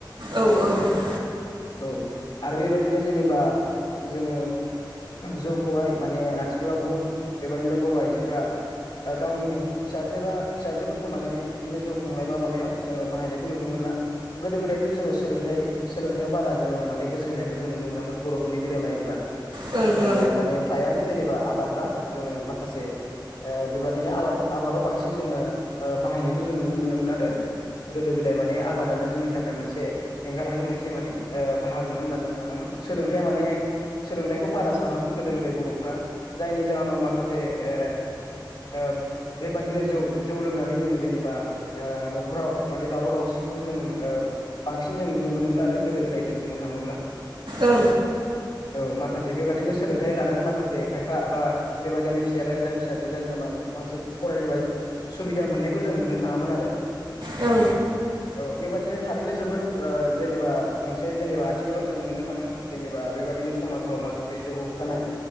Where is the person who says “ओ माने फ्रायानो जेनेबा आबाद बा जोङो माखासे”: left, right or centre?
Left